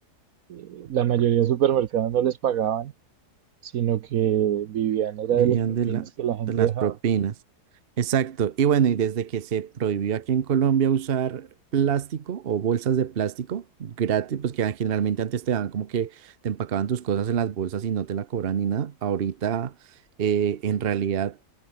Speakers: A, on the right; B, on the right.
A: eh, la mayoría de supermercados no les pagaban, sino que vivían era
B: Vivían
A: de las propinas
B: de la,
A: que la gente
B: de las
A: dejaba.
B: propinas. Exacto. Y bueno, y desde que se prohibió aquí en Colombia usar plástico o bolsas de plástico gratis, pues que ah, generalmente antes te daban como que te empacaban tus cosas en las bolsas y no te la cobran ni nada. Ahorita eh, en realidad